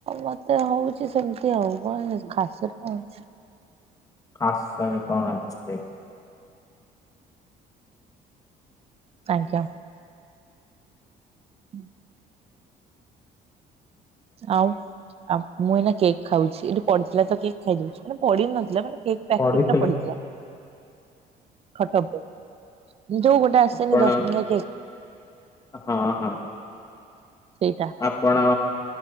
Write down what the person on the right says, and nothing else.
ମତେ ହଉଛି ସେମିତି ହଉ କଣ ଖାସ ତ ହେଉଛି।
କାହିଁକି ଆ। ହୁଁ। ଆଉ ମୁଁ ଏଇନା କେକ୍ ଖାଉଛି ଏଇଠି ପଡିଥିଲା ତ କେକ୍ ଖାଇଦଉଛି ମାନେ ପଡି ନଥିଲା ମାନେ କେକ୍। ପ୍ୟାକେଟ
ଟା ପଡିଥିଲା ଖଟ ଉପରେ। ଯୋଉ ଗୋଟେ ଆସେନି
ଦଶ ଟଙ୍କିଆ କେକ୍।
ସେଇଟା।